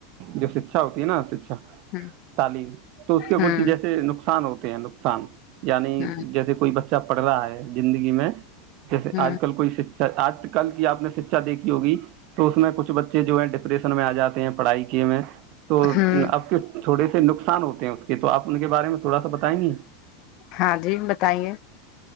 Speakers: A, on the right; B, on the left.
A: جو شکچھا ہوتی ہے نا شا اچھ
B: ہ
A: تعلیم تو اس کے
B: ہوں
A: کچھ جیسے نقصان ہوتا ہیں نقصان یعنی
B: ہ
A: جیسے کوئی بچہ اا پڑ رہا ہے زندگی میں جیسے
B: ہ
A: آج کل کوئی آج کل کی آپ نے شکھا دیکھی ہوگی تو اس میں کچھ بچے جو ہے ڈپریشن میں آ جاتے ہیں پڑھائی میں تو
B: ہوں
A: آپ کے تھوڑے سے نقصان ہوتے ہیں اس کے تو آپ ان کے بارے میں تھوڑا سا بتائیں گے
B: ہاں جی بتائیے